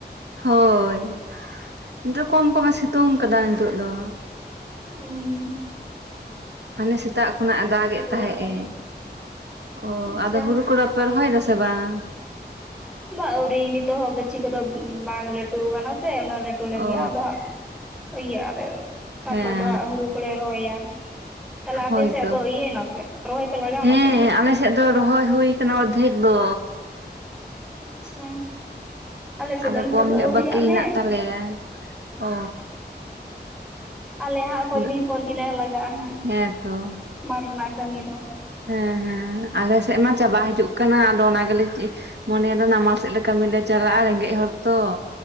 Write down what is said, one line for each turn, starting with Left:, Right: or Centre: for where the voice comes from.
Right: ᱦᱳᱭ ᱱᱤᱛᱚᱜ ᱠᱚᱢ ᱠᱚᱢᱮ ᱥᱤᱛᱩᱝ ᱠᱟᱫᱟ ᱱᱤᱛᱚᱜ ᱫᱚ
Centre: ᱦᱩᱸ
Right: ᱦᱟᱱᱮ ᱥᱮᱛᱟᱜ ᱠᱷᱚᱱᱟᱜ ᱮ ᱫᱟᱜᱮᱫ ᱛᱟᱦᱮᱸ
Centre: ᱟᱠᱟᱜᱼᱟ
Right: ᱮ ᱚ
Centre: ᱟᱪᱪᱷᱟ
Right: ᱟᱫᱚ ᱦᱩᱲᱩ ᱠᱚᱲᱟ ᱯᱮ ᱨᱚᱦᱚᱭ ᱫᱟ ᱥᱮ ᱵᱟᱝ?
Centre: ᱵᱟ ᱟᱹᱣᱨᱤ ᱱᱤᱛᱚᱜ ᱦᱚᱸ ᱜᱟᱹᱪᱷᱤ ᱠᱚᱫᱚ ᱵᱟᱝ ᱞᱟᱹᱴᱩ ᱠᱟᱱᱟ ᱥᱮ ᱩᱱᱟᱹᱜ ᱞᱟᱹᱴᱩ ᱞᱮᱱ
Right: ᱚ
Centre: ᱜᱮᱭᱟ ᱟᱫᱚ ᱦᱟᱸᱜ ᱤᱭᱟᱹ ᱟᱨ ᱛᱟᱨᱯᱚᱨᱮ
Right: ᱦᱮᱸ
Centre: ᱫᱚ ᱦᱟᱸᱜ ᱦᱩᱲᱩ ᱠᱚᱞᱮ ᱨᱚᱦᱚᱭᱟ᱾ ᱛᱟᱦᱚᱞᱮ ᱟᱯᱮ
Right: ᱦᱳᱭᱛᱚ
Centre: ᱥᱮᱫ ᱫᱚ ᱤᱭᱟᱹᱭ ᱱᱟᱥᱮ ᱨᱚᱦᱚᱭ ᱯᱮ ᱞᱟᱜᱟᱣᱱᱟ
Right: ᱦᱮᱸ
Centre: ᱥᱮ ᱪᱮᱫ?
Right: ᱟᱞᱮ ᱫᱚ ᱨᱚᱦᱚᱭ ᱦᱩᱭᱩ ᱟᱠᱟᱱᱟ ᱚᱨᱫᱷᱮᱠ ᱫᱚ
Centre: ᱟᱪᱪᱷᱟ ᱟᱞᱮ ᱥᱮᱫ
Right: ᱟᱫᱚ
Centre: ᱫᱚ ᱱᱤᱛᱚᱜ
Right: ᱠᱚᱢ
Centre: ᱫᱚ
Right: ᱧᱚᱜ
Centre: ᱟᱹᱣᱨᱤᱭᱟᱜ
Right: ᱵᱟᱹᱠᱤ
Centre: ᱞᱮ
Right: ᱦᱮᱱᱟᱜ ᱛᱟᱞᱮᱭᱟ ᱚ
Centre: ᱟᱞᱮ ᱦᱟᱸᱜ ᱠᱚᱭᱮᱠ
Right: ᱟᱫᱚ
Centre: ᱫᱤᱱ ᱯᱚᱨ ᱜᱮᱞᱮ ᱞᱟᱜᱟᱜᱼᱟ ᱦᱟᱸᱜ
Right: ᱦᱮᱸᱛᱚ
Centre: ᱢᱟᱴᱷ ᱨᱮᱱᱟᱜ ᱠᱟᱹᱢᱤ ᱫᱚ
Right: ᱦᱮᱸ ᱦᱮᱸ ᱟᱞᱮᱥᱮᱫ ᱢᱟ ᱪᱟᱵᱟ ᱦᱤᱡᱩᱜ ᱠᱟᱱᱟ ᱟᱫᱚ ᱚᱱᱟ ᱜᱮᱞᱮ ᱪᱮ ᱢᱚᱱᱮᱭᱟ ᱫᱚ ᱱᱟᱢᱟᱞ ᱥᱮᱫ ᱞᱮ ᱠᱟᱹᱢᱤ ᱞᱮ ᱪᱟᱞᱟᱜᱼᱟ ᱨᱮᱸᱜᱮᱡ ᱦᱚᱲ ᱛᱚ